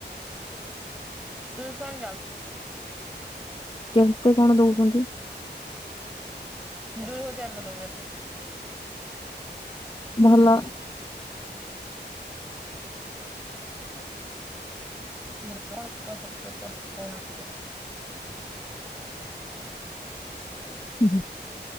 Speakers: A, in the centre; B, on the left.
A: ଟିୟୁସନ ଯାଉଚି
B: କେନ୍ତେ କଣ ଦଉଛନ୍ତି।
A: ଦୁଇ ହଜାର ନୁ ଦଉଛନ୍ତି।
B: ଭଲ।
A: ଭଲ କଣ ମତେ ପଇସା ପତ୍ର ଏତେ ହେଉନାହିଁ।
B: ହୁଁ।